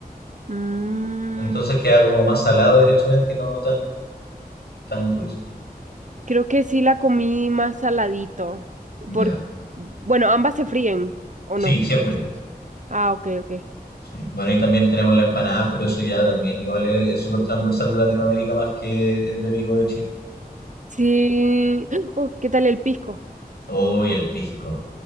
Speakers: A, on the right; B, on the left.
A: Mm,
B: Entonces queda como más salado directamente y no tan, tan dulce.
A: Creo que sí la comí más saladito.
B: Ya.
A: Por... Bueno, ambas se fríen, ¿o
B: Sí,
A: no?
B: siempre.
A: Ah, ok, ok.
B: Sí. Bueno, y también tenemos las empanadas, pero eso ya también igual es es súper transversal de Latinoamérica más que endémico de Chile.
A: Sí. <gasps> Oh, ¿qué tal el pisco?
B: Uy, el pisco.